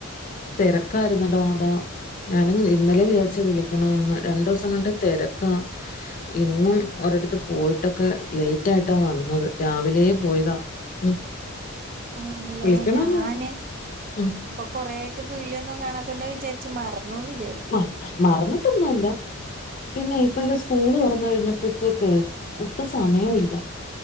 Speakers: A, on the left (about 40°); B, on the right (about 40°).
A: തെരക്കായിരുന്നടാ അതാ ഞാൻ ഇന്നലെ വിജാർച്ചു വിളിക്കണന്ന് രണ്ടു ദിസം കൊണ്ട് തെരക്കാ ഇന്നും ഒരിട്ത്ത് പോയിട്ടൊക്കെ ലെയ്റ്റ് ആയിട്ടാ വന്നത് രാവിലെ പോയതാ ഉം
B: ആണ്ല്ലേ
A: വിളിക്കണന്ന്
B: ഞാന്
A: ഉം
B: ഇപ്പൊ കൊറേ ആയിട്ട് വീളിയൊന്നും കാണാത്തോണ്ട് ഞാൻ വിചാരിച്ചു മറന്നുന്ന് വിചാർ
A: ഹ മറന്നിട്ടൊന്നുല്ല. പിന്നെ ഇപ്പല്ലെ സ്കൂള് തുറന്നു കഴിഞ്ഞപ്പളത്തേക്ക് ഒട്ടും സമയം ഇല്ല.